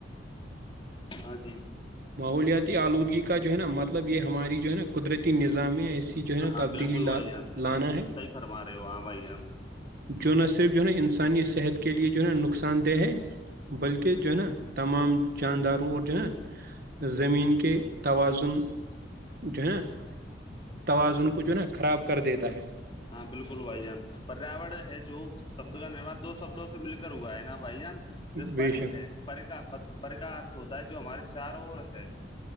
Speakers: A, on the left; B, on the right.
A: ہاں جی
B: ماحولیاتی آلودگی کا جو ہے نا مطلب یہ ہماری جو ہے نا قدرتی نظام میں ایسی جو ہے
A: ہاں
B: نا تبدیلی
A: بالکل بھائی
B: ل
A: جان
B: لانا ہے
A: صحیح فرما رہے ہو ہاں بھائی جان
B: جو نہ صرف جو ہے نا انسانی صحت کے لیے جو ہے نا نقصان دہ ہے بلکہ جو ہے نا تمام جانداروں اور جو ہےا زمین کے توازن جو ہے نا توازن کو جو نا خراب کر دیتا ہے
A: ہاں بالکل بھائی جان پریاور ہے جو شبد کا نرا دو شبدوں سے مل کر ہوا ہے نا بھائی جان جو
B: بے
A: پرے
B: شک
A: ہے پر کا پر کا ارتھ ہوتا ہے جو ہمارے چار ہے